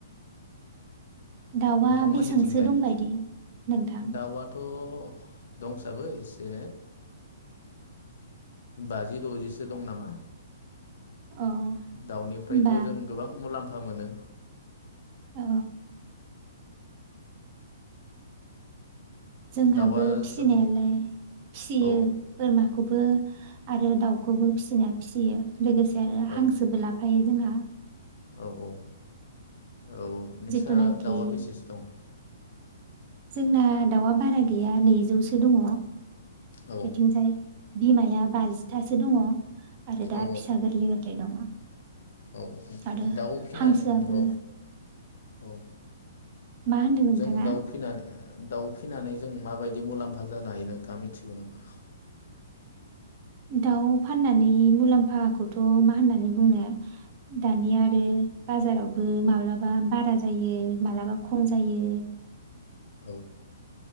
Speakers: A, on the right (about 35°); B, on the left (about 65°).
A: दावा
B: नोंथांमोननिथिंलाय
A: बेसांसो दंबायदि नोंथां?
B: दाउआथ' दंसाबो एसे बाजि दजिसो दं नामा।
A: अ
B: दाउनिफ्रायथ
A: होमबा
B: जों गोबां मुलाम्फा मोनो।
A: अ जोंहाबो
B: दाउआ
A: फिसिनायालाय
B: जों
A: फियो
B: औ
A: बोरमाखौबो आरो दाउखौबो फिसिनाया फिसियो। लोगोसे आरो
B: औ
A: हांसोबो लाफायो। जोंहा
B: औ औ औ नोंस्रा
A: जिथुनाखि
B: दावा बेसेसो दं?
A: जोंना दावा बारा गैया नैजौसो दङ।
B: औ
A: बेथिं जाय बिमाया बाजिथासो दङ। आरो दा
B: औ
A: फिसा गोरलै गोरलै दङ।
B: औ
A: आरो
B: दाउ फिसिनानै
A: हांसोआबो
B: औ औ
A: मा होनदों नोंथाङा?
B: जों दाउ फिनानै दाउ फिसिनानै जों माबायदि मुलाम्फा जानो हायो नोंथाङा मिथिगौ नामा?
A: दाउ फाननानै मुलाम्फाखौथ मा होननानै बुंनो दानिया आरो बाजारावबो माब्लाबा बारा जायो माब्लाबा खम जायो।
B: औ